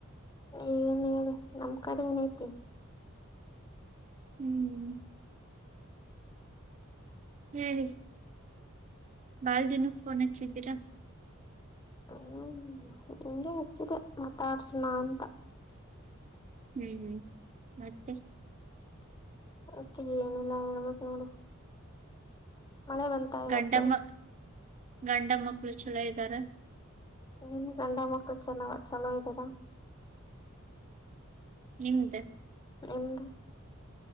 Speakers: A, on the left; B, on the right.
A: ಏನ್ ಹೇಳಿ ನಮ್ ಕಡೆ ಏನೈತಿ
B: ಹ್ಮ್ ಹ್ಮ್ ಬಾಲ್ ದಿನಕ್ಕೆ ಫೋನ್ ಹಚ್ಚಿದ್ದೀರಾ
A: ಹ್ಮ್ ನಿಂಗೆ ಮುಚ್ಚಿದೆ ಮಾತಾಡ್ಸಣ ಅಂತ
B: ಹು ಮತ್ತೆ
A: ಮತ್ತೆ ಏನಿಲ್ಲಾ ಹೇಳ್ಬೇಕು ನೋಡಿ ಮಳೆ ಬಂತ ಇವತ್ತು
B: ಗಂಡಮ್ಮ ಗಂಡ ಮಕ್ಕಳು ಛಲೋ ಇದ್ದಾರ
A: ನೀನ್ ಗಂಡ ಮಕ್ಕಳು ಚೆನ್ನಾ ಚಲೋ ಇದ್ದೀಾರಾ
B: ನಿಮ್ದ
A: ನಿಮ್ದು